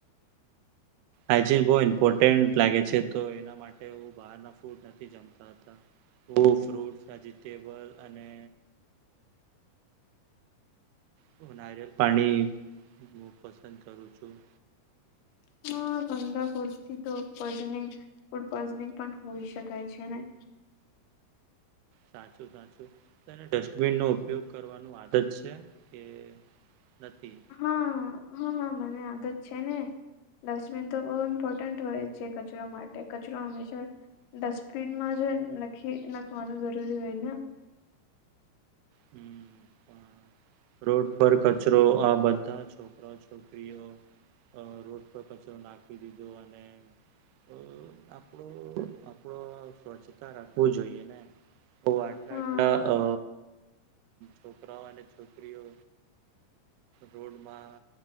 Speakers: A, on the right; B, on the left.
A: હાજીન બહુ ઇમ્પોર્ટન્ટ લાગે છે તો એના માટે હું બહારના ફૂડ નથી જમતો ફ્રુટ વેજીિટેબલ અને તો નારિયલ પાણી હું પસંદ કરું છું
B: હ ગંદા ફડ તો પઈજનિંગ ફૂડ પોઈઝનિંગ પણ હોઈ શકાય છે ને
A: સાચું સાચું તેને ડસ્ટબિન નો ઉપયોગ કરવાનું આદત છે કે. નથી.
B: હા હા હા મને આદ જ છે ને. ડસ્ટબિન તો બહુ ઇમ્પોર્ટન્ટ હોય છે કચરો માટે કચરો હંમેશા. ડસ્ટબિનમાં જે નખી નખવાનું જરૂરી હોય ને.
A: હમ તો. રોડ પર કચરો આ બધા છોકરા છોકરીઓ રોડ પર કચરો. રાખી દીધું અને. અ આપણું આપડો સ્વચ્છતા રાખવું જોઈએ ને. તો આટલા
B: હા
A: આટલા અ છોકરાઓ અને. છોકરીઓ રોડમાં